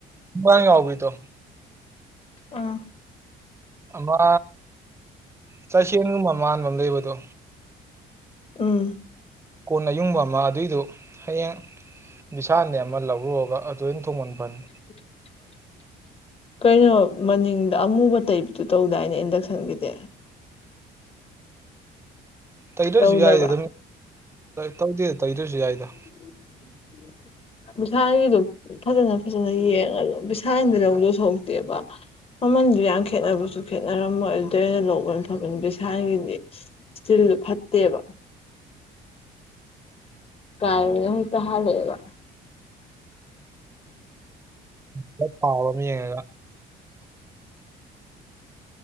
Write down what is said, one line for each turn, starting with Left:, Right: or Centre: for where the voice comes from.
Right: ꯃꯥꯡ ꯌꯥꯎꯕꯤꯗꯣ
Left: ꯑꯥ
Right: ꯑꯃꯥ ꯆꯥꯏꯁꯦꯟꯒꯨꯝꯕ ꯃꯥꯟꯕ ꯑꯃ ꯂꯩꯕꯗꯣ
Left: ꯎꯝ
Right: ꯀꯣꯟ ꯑꯌꯨꯡꯕ ꯑꯃ ꯑꯗꯨꯏꯗꯨ ꯍꯌꯦꯡ ꯕꯤꯁꯥꯜꯗꯩꯩ ꯑꯃ ꯂꯧꯔꯨꯔꯒ ꯑꯗꯨ ꯑꯣꯏꯅ ꯊꯣꯡꯕꯅ ꯐꯅꯤ
Left: <inaudible> ꯀꯩꯅꯣ ꯃꯅꯤꯡꯗ ꯑꯃꯨꯕ ꯇꯩꯕꯗꯨ ꯇꯧꯗꯥꯏꯅꯦ ꯏꯟꯗꯛꯁꯟꯒꯤꯗꯤ
Right: ꯇꯩꯗ꯭ꯔꯁꯨ
Left: ꯇꯧꯗꯕ꯭ꯔꯥ
Right: ꯌꯥꯏꯗ ꯑꯗꯨꯝ ꯇꯧꯗꯦꯗ ꯇꯩꯗ꯭ꯔꯁꯨ ꯌꯥꯏꯗ
Left: <inaudible> ꯕꯤꯁꯥꯜꯒꯤꯗꯨ ꯐꯖꯅ ꯐꯖꯅ ꯌꯦꯡꯉ ꯂꯧ ꯕꯤꯁꯥꯜꯗꯩ ꯂꯧꯗꯣ ꯁꯔꯨꯛꯇꯦꯕ ꯃꯃꯟꯗꯨ ꯌꯥꯝ ꯈꯦꯠꯅꯕꯁꯨ ꯈꯦꯠꯅꯔꯝꯃꯣꯏ ꯑꯗꯨꯗ ꯑꯣꯏꯅ ꯂꯧꯕꯅ ꯐꯗꯧ ꯕꯤꯁꯥꯜꯒꯤꯗꯤ ꯁꯇꯤꯜꯗꯨ ꯐꯠꯇꯦꯕ ꯀꯥꯏꯕꯅ ꯍꯦꯛꯇ ꯍꯥꯜꯂꯛꯑꯦꯕ
Right: ꯈꯔ ꯊꯥꯕ ꯑꯃ ꯌꯦꯡꯉꯒ